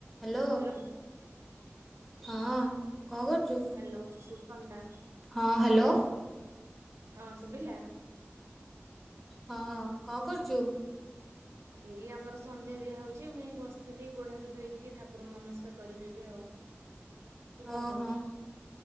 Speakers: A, in the centre; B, on the right (about 80°).
A: Hello.
B: Hello
A: ହଁ କଣ କରୁଚୁ।
B: ହାଲୋ ଶୁଭ <unintelligible>
A: ହଁ ହାଲୋ।
B: ହଁ ଶୁଭିଲା।
A: ହଁ କଣ କରୁଚୁ।
B: ଏଇ ଆମର ସନ୍ଧ୍ୟା ଦିଆ ହଉଛି ମୁଁ ଏଇ ବସିଥିଲି ଗୋଡ ହାତ ଧୋଇକି ଟିକେ ଠାକୁରଙ୍କୁ ନମସ୍କାର କରିବି ଏବେ ଆଉ।
A: <inaudible>
B: ତୁ କଣ
A: ଓହୋ
B: କରୁଛୁ?